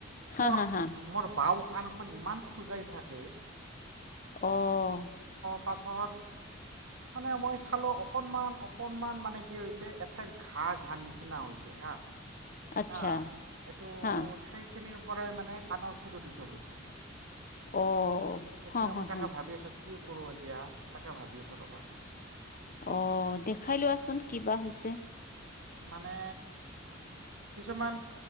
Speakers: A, on the left; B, on the right.
A: হা
B: মোৰ-
A: হা হা
B: মোৰ বাও কাণখন ইমান খোজাই থাকে
A: অহ
B: তাৰপাছত মানে মই চালোঁ অকণমান অকণমান মানে কি হৈছে এঠাইৰ ঘাঁ ঘাৰ নিচিনা হৈছে হা,
A: আচ্ছা
B: আহ এইটো,
A: হা
B: সেইখিনিৰ পৰাই মানে কাণৰ খুজুতিটো হৈছে।
A: অ
B: এতিয়া
A: হা হা
B: মই তাকে
A: হা।
B: ভাবি আছোঁ কি কৰো এতিয়া তাকে ভাবি আছো ৰবা।
A: অ দেখাই লোৱাচোন কিবা হৈছে?
B: মানে কিছুমান